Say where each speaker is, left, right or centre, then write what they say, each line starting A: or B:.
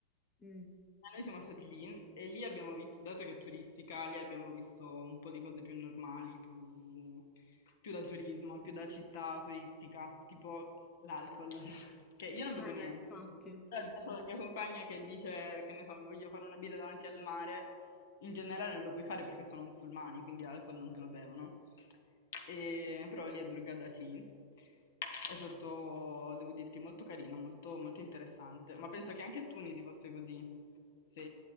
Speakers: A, on the left; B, on the left.
A: Mm.
B: Noi siamo stati lì e lì abbiamo visto, dato che è turistica, lì abbiamo visto un po' di cose più normali, più, più da turismo, più da città turistica, tipo l'alcol, <laughs> che io non bevo
A: Eh,
B: niente.
A: infatti.
B: Però dopo il mio compagno che dice, che ne so, mi voglio fare una birra davanti al mare, in generale non lo puoi fare perché sono musulmani, quindi l'alcol non te lo bevono. E- però lì a Durgada sì, è sotto, devo dirti, molto carino, molto, molto interessante. Ma penso che anche a Tunisi fosse così. Se,